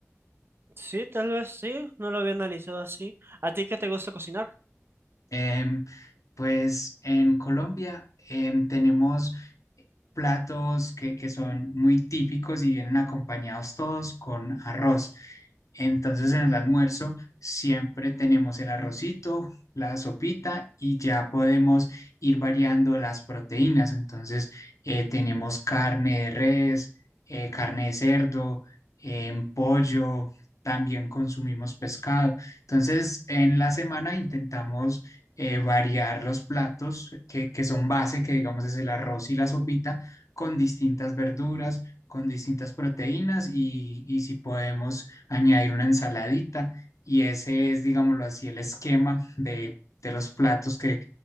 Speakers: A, on the right; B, on the left.
A: Sí, tal vez sí, no lo había analizado así. ¿A ti qué te gusta cocinar?
B: Em, pues en Colombia em, tenemos platos que, que son muy típicos y vienen acompañados todos con arroz. Entonces en el almuerzo siempre tenemos el arrocito, la sopita y ya podemos ir variando las proteínas. Entonces eh, tenemos carne de res, eh, carne de cerdo, em, pollo, también consumimos pescado. Entonces en la semana intentamos eh, variar los platos que, que son base, que digamos es el arroz y la sopita, con distintas verduras, con distintas proteínas y, y si podemos añadir una ensaladita. Y ese es, digámoslo así, el esquema de, de los platos que,